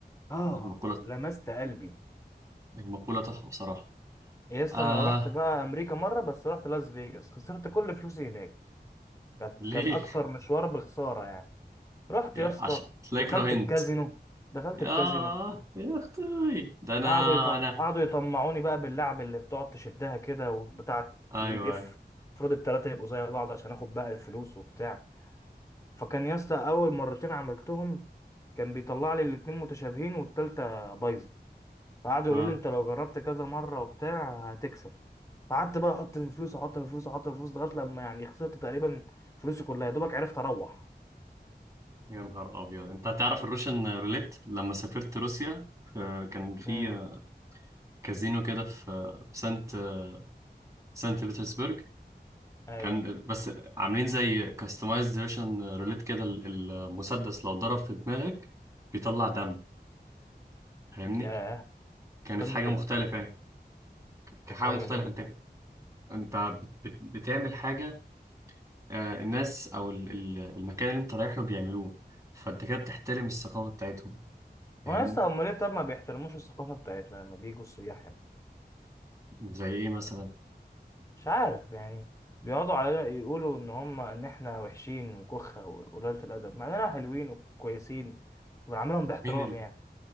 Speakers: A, on the left; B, on the right.
A: اه
B: المقولة
A: لمست قلبي
B: المقولة تحفة بصراحة
A: يا اسطى
B: آه
A: انا رحت بقى امريكا مره بس رحت لاس فيجاس خسرت كل فلوسي هناك كانت-
B: ليه
A: كان اكتر مشوار بخساره يعني رحت
B: <laughs>
A: يا اسطى
B: عشان تلاقي
A: دخلت
B: كرهنت
A: الكازينو دخلت
B: يا
A: الكازينو
B: يا اختي ده انا
A: قعدوا يطم...
B: انا
A: قعدوا يطمعوني بقى باللعب اللي بتقعد تشدها كده وبتاع
B: ايوه
A: يلف
B: ايوه
A: المفروض التلاتة يبقوا زي بعض عشان اخد بقى الفلوس وبتاع فكان يا اسطى اول مرتين عملتهم كان بيطلع لي الاتنين متشابهين والتالتة بايظة فقعدوا
B: اه
A: يقولوا لي انت لو جربت كذا مرة وبتاع هتكسب فقعدت بقى احط في فلوس احط في فلوس احط في فلوس لغاية لما يعني خسرت تقريبا فلوسي كلها يا دوبك عرفت اروح
B: يا نهار ابيض انت تعرف الروشن روليت لما سافرت روسيا آه، كان في
A: امم
B: آه، كازينو كده في آه، في سانت آه، سانت بطرسبرغ
A: ايوه
B: كان بس عاملين زي كاستمايزد روشن روليت كده ال- المسدس لو ضرب في دماغك بيطلع دم فاهمني
A: ياه
B: كانت
A: قمة
B: حاجه مختلفه
A: ال
B: يعني كانت
A: كانت
B: حاجه
A: حاجة
B: مختلفه
A: جميلة
B: انت انت بت- بت- بتعمل حاجه آه، الناس او ال- ال- المكان اللي انت رايح له بيعملوه فانت كده بتحترم الثقافه بتاعتهم فاهمني
A: هو يا اسطى امال ليه طب ما بيحترموش الثقافه بتاعتنا لما بيجوا السياح هنا
B: زي ايه مثلا
A: مش عارف يعني بيقعدوا علينا يقولوا ان هم ان احنا وحشين وكخه وقليله الادب مع اننا حلوين وكويسين وبنعاملهم باحترام
B: مين ال...
A: يعني